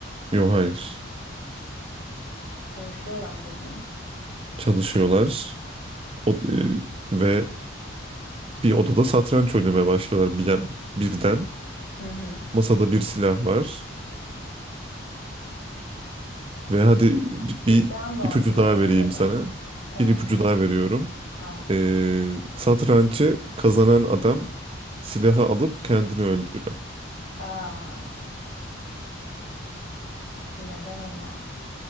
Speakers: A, on the right (about 30°); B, on the left (about 90°).
A: Yok hayır.
B: Çalışıyorlar dedin.
A: Çalışıyorlar O- e, ve bir odada satranç oynamaya başlıyorlar bir, birden.
B: Hı hı.
A: Masada bir silah var. Ve hadi
B: İddia
A: bir
B: mı
A: ipucu
B: oynuyorlar
A: daha vereyim
B: acaba?
A: sana.
B: Tamam
A: Bir ipucu
B: hayır.
A: daha veriyorum.
B: Tamam.
A: Ee, satrancı kazanan adam silahı alıp kendini öldürüyor.
B: Aa, neden ama?